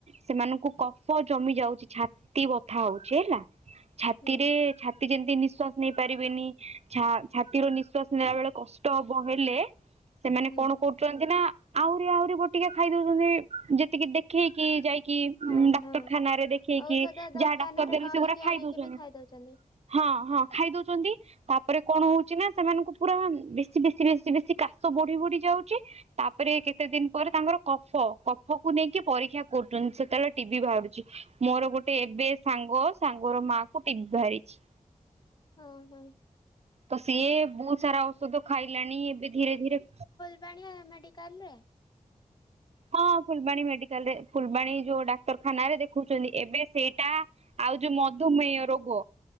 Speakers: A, on the right (about 55°); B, on the left (about 35°).
A: ସେମାନଙ୍କୁ କଫ ଜମି ଯାଉଛି ଛାତି ବଥା ହଉଛି ହେଲା। ଛାତିରେ
B: ହୁଁ
A: ଛାତି ଯେନ୍ତି ନିଶ୍ଵାସ ନେଇ ପାରିବେନି ଛା ଛାତି। ଛାତିରେ ନିଶ୍ୱାସ ନେଲା ବେଳେ କଷ୍ଟ ହବ ହେଲେ ସେମାନେ
B: ହୁଁ
A: କଣ କରୁ ଛନ୍ତି ନା ଆହୁରି ଆହୁରି ବଟିକା ଖାଇ ଦଉଛନ୍ତି ଯେତିକି ଦେଖେଇକି ଯାଇକି। କି
B: ହଁ
A: ଡାକ୍ତରଖାନ
B: ହଁ
A: ରେ ଦେଖେଇକି
B: ଔଷଧ ଦୋକାନରେ
A: ଯାହା ଡାକ୍ତର ଦେଲେ
B: କହିକି
A: ସେ ଗୁରା ଖାଇ
B: ଆଣିକି
A: ଦଉଛନ୍ତି।
B: ବି ଖାଇ ଦଉଛନ୍ତି।
A: ହଁ ହଁ ଖାଇ ଦଉଛନ୍ତି ତାପରେ କଣ ହଉଛି। ହଉଛି ନା ସେମାନଙ୍କୁ ପୁରା ବେଶୀ ବେଶୀ ବେଶୀ ବେଶୀ କାଶ ବଢି ବଢି ଯାଉଛି। ତାପରେ କେତେ ଦିନ ପରେ ତାଙ୍କର କଫ କଫକୁ ନେଇକି ପରୀକ୍ଷା କରୁଛନ୍ତି ସେତେବେଳେ ଟି ବି ବାହାରୁଛି। ମୋର ଗୋଟେ ଏବେ ସାଙ୍ଗ ସାଙ୍ଗର ମା କୁ ଟି ବି ବାହାରିଛି।
B: ହୁଁ ହୁଁ।
A: ତ ସିଏ ବହୁତ ସାରା ଔଷଧ ଖାଇଲାଣି ଏବେ ଧୀରେ ଧୀରେ।
B: ବାଣୀ ମେଡିକାଲ ରେ।
A: ହଁ ଫୁଲବାଣୀ ମେଡିକାଲ ରେ ଫୁଲବାଣୀ ଯୋଉ ଡାକ୍ତରଖାନ ରେ ଦେଖୁଉଛନ୍ତି ଏବେ ସେଇଟା। ଆଉ ଯୋଉ ମଧୁମେହ ରୋଗ